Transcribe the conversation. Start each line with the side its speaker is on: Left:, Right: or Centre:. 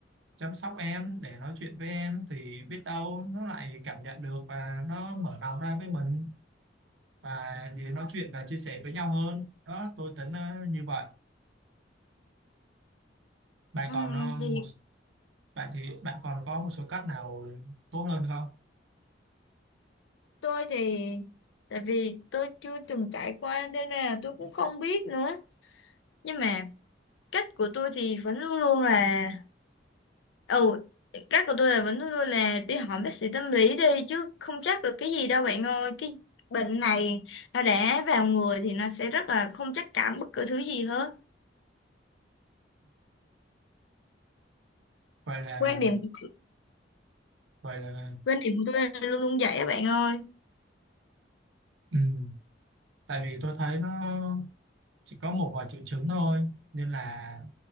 Right: chăm sóc em để nói chuyện với em thì biết đâu nó lại cảm nhận được và nó mở lòng ra với mình và thì nói chuyện và chia sẻ với nhau hơn đó tôi tính ờ, như vậy bạn
Left: Ừ,
Right: còn ờ,
Left: vì
Right: một bạn thì bạn còn có một số cách nào tốt hơn không
Left: tôi thì tại vì tôi chưa từng trải qua nên là tôi cũng không biết nữa nhưng mà cách của tôi thì vẫn luôn luôn là ừ cách của tôi là vẫn luôn luôn là đi hỏi bác sĩ tâm lý đi chứ không chắc được cái gì đâu bạn ơi cái bệnh này nó đã vào người thì nó sẽ rất là không chắc cảm bất cứ thứ gì hết
Right: vậy là
Left: quan điểm của
Right: vậy là
Left: quan điểm của tôi là luôn luôn vậy á bạn ơi
Right: ừ. tại vì tôi thấy nó chỉ có một vài triệu chứng thôi nên là